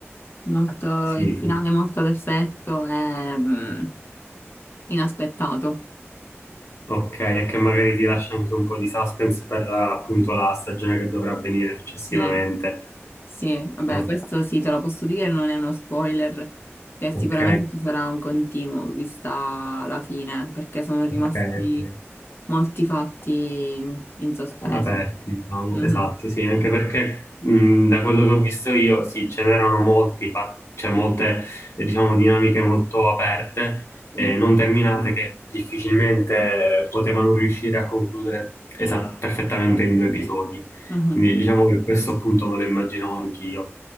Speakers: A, on the left; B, on the left.
A: Molto-
B: sì,
A: il finale
B: sì.
A: è molto ad effetto e mm, inaspettato.
B: Ok, e che magari ti lascia anche un po' di suspense per appunto la stagione che dovrà avvenire successivamente.
A: Sì, sì, vabbè,
B: Oh,
A: questo sì, te lo posso dire, non è uno spoiler, che sicuramente
B: ok,
A: ci sarà un continuo, vista la fine, perché sono rimasti
B: ok, ok.
A: molti fatti in sospeso.
B: aperti, diciamo,
A: Mhm,
B: esatto, sì, anche perché mh, da quello che ho visto io, sì, ce n'erano molti, fa- cioè molte, eh, diciamo, dinamiche molto aperte, eh,
A: sì.
B: non terminate, che difficilmente potevano riuscire a concludere esa- perfettamente in due episodi.
A: Mhm.
B: Quindi diciamo che questo appunto me lo immaginavo anch'io.